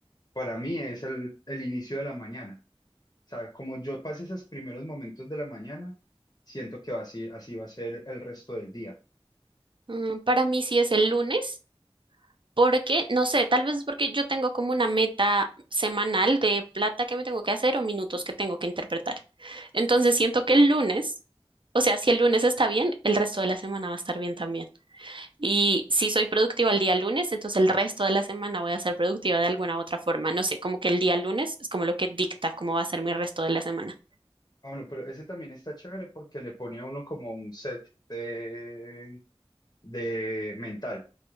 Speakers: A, on the left; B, on the right.
A: para mí es el, el inicio de la mañana. O sea, como yo pase esos primeros momentos de la mañana, siento que va así, así va a ser el resto del día.
B: Mm, para mí sí es el lunes, porque, no sé, tal vez es porque yo tengo como una meta semanal de plata que me tengo que hacer o minutos que tengo que interpretar. Entonces siento que el lunes, o sea, si el lunes está bien, el resto de la semana va a estar bien también. Y si soy productiva el día lunes, entonces el resto de la semana voy a ser productiva de alguna u otra forma. No sé, como que el día lunes es como lo que dicta cómo va a ser mi resto de la semana.
A: Ah, bueno, pero ese también está chévere porque le pone a uno como un set de, de mental.